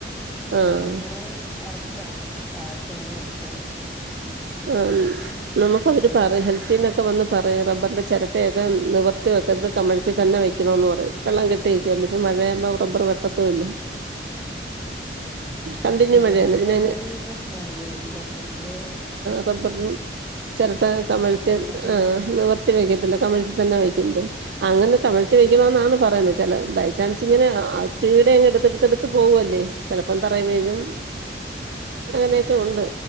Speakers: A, in the centre; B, on the right.
A: പിന്നെ
B: ആഹ്
A: അങ്ങനെ എറ - ക്കാണ് താഴക്ക് ഇങ്ങനെ എറക്കം
B: ആ ഉം നമക്ക് അവര്
A: വെള്ളം
B: പറയും ഹെൽത്തിന്നൊക്കെ വന്ന്- പറയറണം റബ്ബറിന്റെ ചെരട്ടയൊക്കെ നിവർത്തി വെക്കരുത് കമിഴ്- ത്തി തന്നെ വെക്കണോന്ന്
A: ആഹ്
B: പറയും വെള്ളം കെട്ടിനിക്കുവല്ലേ ഇപ്പ മഴയാമ്പോ- റബ്ബറ് വെട്ടത്തുയില്ല
A: ആഹ് ആഹ്
B: കണ്ടിന്യൂ
A: അത് ശരിയാണ്
B: മഴയാണ്
A: അത്
B: പിന്നെ
A: നല്ലൊരു
B: അയിന്
A: പ്രശ്നാണല്ലേ ഈ ടബ്ബറിന്റെ-
B: റബ്ബർന് ചെരട്ട കമിഴ്ത്തി
A: വെള്ളൊക്കെ ഒന്ന്
B: ആഹ് നിവർത്തി വെക്കത്തില്ല കമിഴ്ത്തി തന്നെ വെക്കുന്നത് അങ്ങനെ
A: ആഹ് ആഹ്
B: കമഴ്ത്തി വെക്കണോന്നാണ് പറയുന്നെ ചില ബൈചാൻസ്
A: ആഹ്
B: ഇങ്ങനെ ആ ഇത് വീടെ ഇങ്ങെടുത്ത്ടുത്ത്ടുത്ത് പോവെല്ലേ ചെലപ്പം തറേവീഴും
A: ആഹ്
B: അങ്ങനെയൊക്കെ
A: അതന്നെ
B: ഉണ്ട്